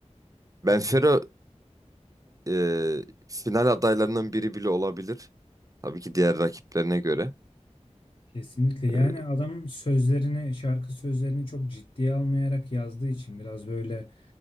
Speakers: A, on the right; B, on the left.
A: Benfero
B: Bence de.
A: e, final adaylarından biri bile olabilir. Tabii ki diğer rakiplerine göre.
B: kesinlikle. Yani
A: E,
B: adam sözlerini, şarkı sözlerini çok ciddiye almayarak yazdığı için biraz böyle